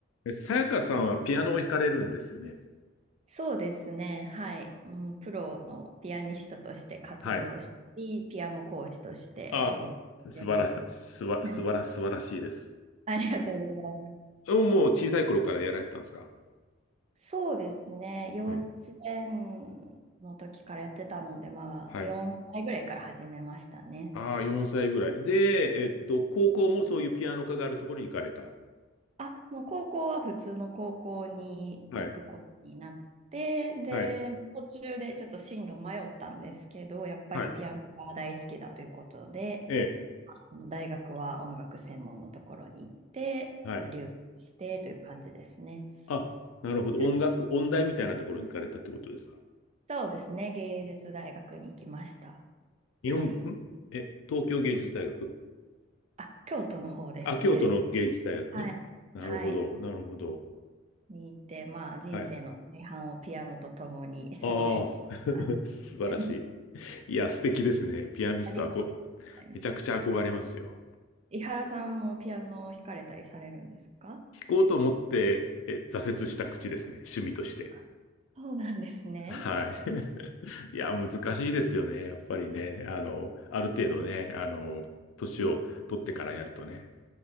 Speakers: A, on the left (about 80°); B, on the right (about 35°).
A: えさやかさんはピアノを弾かれるんですよね。
B: そうですね。はい。うん、プロのピアニストとして活動したり、
A: はい。
B: ピアノ講師として仕事してます。
A: あ、素晴ら、すば、
B: <laughs>
A: 素晴ら、素晴らしいです。
B: ありがとうございます。
A: もう小さい頃からやられてたんですか
B: そうですね。幼稚園の時からやってたので、
A: うん。
B: まあ、
A: はい。
B: 4歳ぐらいから始めましたね。
A: ああ、4歳ぐらい。で、えっと、高校もそういうピアノ科があるところに行かれた。
B: あ、もう高校は普通の高校に行くことになって、
A: はい。
B: で、
A: はい。
B: 途中でちょっと進路迷ったんですけど、やっぱりピアノが大好きだということで、
A: はい。ええ。
B: あの大学は音楽専門のところに行って、
A: はい。
B: まあ、留学してという感じですね。
A: あ、なるほど。
B: はい
A: 音楽、音大みたいなところに行かれたってことですか
B: そうですね、芸術大学に行きました。
A: 日本、
B: はい。
A: んえ、東京芸術大学
B: あ、京都の方ですね。
A: あ、京都の芸術大学ね。
B: はい。
A: なるほど。
B: はい。
A: なるほど。
B: に行って、まあ、人生の大半をピアノと共に過ごしてます。
A: はい。ああ、<laughs> 素晴らし
B: <laughs>
A: い。いや、素敵ですね。ピアニスト、
B: ありがとうございます。
A: あこ、めちゃくちゃ憧れますよ。
B: 伊原さんもピアノを弾かれたりされるんですか
A: 弾こうと思って、え、挫折した口ですね。趣味として。
B: あそうなんですね。
A: はい。<laughs> いや、難しいですよね。やっぱりね。あの、ある程度ね、あの、年を取ってからやるとね。
B: うん